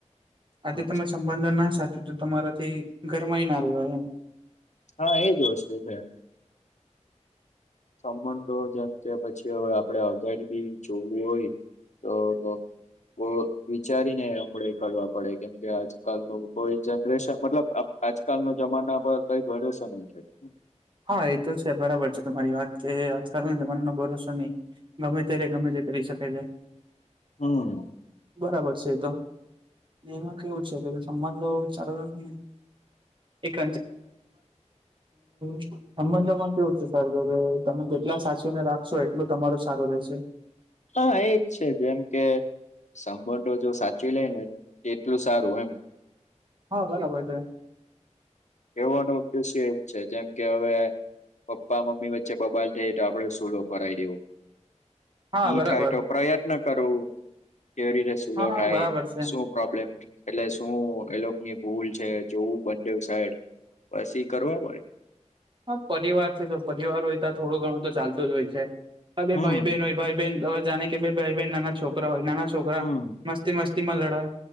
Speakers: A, on the right; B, on the left.
A: આજે
B: હા
A: તમે સંબંધ ના સાચું તો તમારાથી ઘરમાય ના રેવાય એમ
B: હા એજ વસ્તુ છે. સંબંધો જેમ કે પછી હવે આપડે આગડી બી જોવું હોય તો બો વિચારીને આપડે કરવા પડે કેમ કે આજકાલનું કોઈ જનરેશન મતલબ આ આજકાલ નો જમાના પર કઈ ભરોસો નઈ થાય
A: હા એ તો છે બરાબર છે તમારી વાત કે આજકાલ ના જમાનાનો ભરોસો ની ગમે ત્યારે ગમે તે કરી શકે છે.
B: હમ
A: બરાબર છે એ તો એમાં કેવું છે કે સંબંધો ચાલુ રાખો એક <unintelligible> સંબંધોમાં કેવું છે સારું કે તમે જેટલા સાચવીને રાખશો એટલું તમારું સારું રહેશે.
B: હા, એજ છે. જેમ કે સંબંધો જો સાચવી લેય ને એટલું સારું એમ.
A: હા બરાબર છે.
B: કેવાનો ઉદ્દેશ્ય એજ છે જેમ કે હવે, પપ્પા મમ્મી વચ્ચે બબાલ થાય તો આપડે સોલો કરાવી દેવો.
A: હા
B: ની
A: બરાબર
B: થાય તો પ્રયત્ન કરવું કેવી રીતે સૂલો
A: હા
B: થાય
A: બરાબર છે
B: શું? પ્રોબ્લેમ એટલે શું? એની ભૂલ છે, જોવું બે સાઈડ પછી કરવા પડે.
A: હા, પરિવાર છે. જો પરિવાર હોય, તો થોડું ઘણું તો ચાલતું જ હોય છે. આ બે
B: હમ
A: ભાઈ બહેન હોય. ભાઈ બહેન જાણે કે બે ભાઈ બહેન નાના છોકરા હોય, નાના છોકરા
B: હમ
A: મસ્તી મસ્તીમાં લડા